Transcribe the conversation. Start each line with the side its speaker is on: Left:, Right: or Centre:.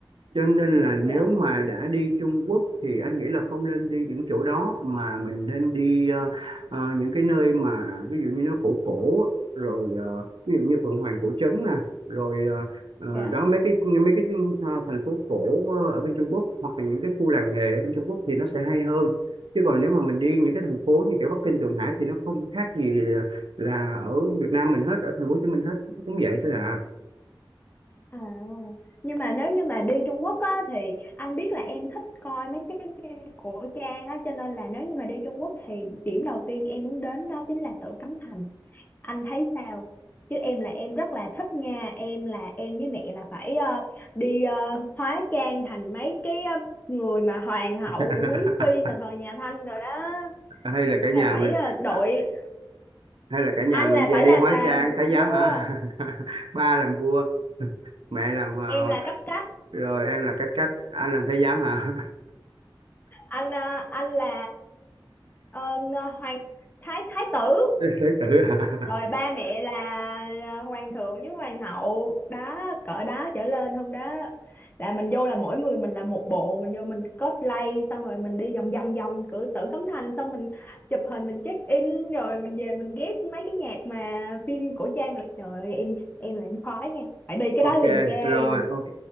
Right: cho nên là nếu
Left: Dạ,
Right: mà đã đi Trung Quốc thì anh nghĩ là không nên đi những chỗ đó mà mình nên đi ờ, ờ, những cái nơi mà ví dụ như nó cổ cổ rồi ờ, ví dụ như Phượng Hoàng cổ trấn nè rồi ờ, ờ,
Left: dạ.
Right: đó mấy cái mấy cái ờ, thành phố cổ ờ, ở bên Trung Quốc hoặc là những cái khu làng nghề ở bên Trung Quốc thì nó sẽ hay hơn chứ còn nếu mà mình đi những cái thành phố như kiểu Bắc Kinh Thượng Hải thì nó không khác gì là ở Việt Nam mình hết ở thành phố Hồ Chí Minh hết nó cũng vậy thôi à
Left: À, nhưng mà nếu như mà đi Trung Quốc á, thì anh biết là em thích coi mấy cái phim cổ trang á, cho nên là nếu như mà đi Trung Quốc thì điểm đầu tiên em muốn đến đó chính là Tử Cấm Thành. Anh thấy sao? Chứ em là em rất là thích nha, em là em với mẹ là phải ờ, đi ờ, hóa trang thành mấy cái ờ, người mà hoàng hậu
Right: <laughs>
Left: rồi quý phi mà thời nhà Thanh rồi đó
Right: hay là cả
Left: là
Right: nhà
Left: phải
Right: mình
Left: ờ, đội
Right: ờ, hay là cả nhà
Left: anh
Right: mình
Left: là
Right: giờ
Left: phải
Right: đi
Left: làm
Right: hóa
Left: là
Right: trang thái
Left: vua,
Right: giám hả <laughs> ba làm vua mẹ làm ờ,
Left: em là cấp cách,
Right: rồi em là cách cách anh làm thái giám hả
Left: anh ờ, anh là ờ, ng- hoàng thái thái tử
Right: <laughs> thái tử hả
Left: rồi
Right: <laughs>
Left: ba mẹ là à, hoàng thượng với hoàng hậu đó cỡ đó trở lên không đó là mình vô là mỗi người mình là một bộ mình vô mình cosplay xong rồi mình đi vòng vòng vòng cửa tử cấm thành xong mình chụp hình mình check in rồi mình về mình ghép mấy cái nhạc mà phim cổ trang rồi trời ơi em em là em khoái nha phải đi cái
Right: ok
Left: đó liền cho em
Right: rồi ok